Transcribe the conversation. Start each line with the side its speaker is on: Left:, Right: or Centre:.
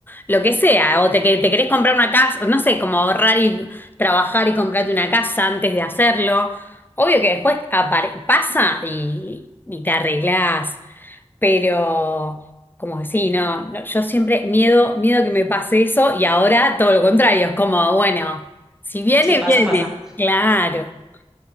Left: Lo que sea, o te, que te querés comprar una casa, no sé, como ahorrar y trabajar y comprarte una casa antes de hacerlo. Obvio que después apare- pasa y, y te arreglás, pero como que sí, no, no, yo siempre miedo, miedo que me pase eso y ahora todo lo contrario, es como, bueno, si viene,
Centre: si pasa,
Left: viene,
Centre: pasa.
Left: claro,